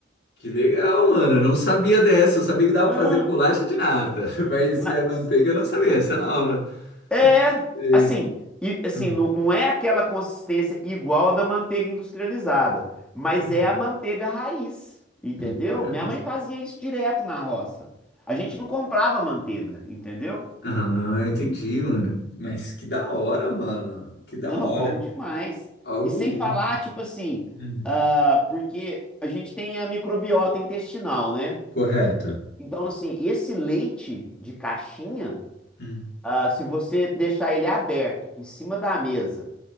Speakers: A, on the left; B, in the centre.
A: que legal, mano. Eu não sabia dessa. Eu sabia que dava
B: Ah,
A: pra fazer bolacha de nata. <laughs> Mas
B: mas-
A: isso é manteiga, eu não sabia. Essa é nova.
B: é,
A: Sei.
B: assim, e, assim,
A: Hum,
B: não, não é aquela consistência igual a da manteiga industrializada, mas
A: hum.
B: é a manteiga raiz, entendeu?
A: Manteiga,
B: Minha mãe fazia isso direto na roça. A gente não comprava manteiga, entendeu?
A: Ah, entendi, mano. Mas que da hora, mano. Que da
B: Não,
A: hora.
B: bom demais.
A: Algo
B: E sem falar,
A: único.
B: tipo assim,
A: Hum,
B: ah, porque a gente tem a microbiota intestinal, né?
A: correto.
B: Então, assim, esse leite de caixinha,
A: Hum,
B: ah, se você deixar ele aberto em cima da mesa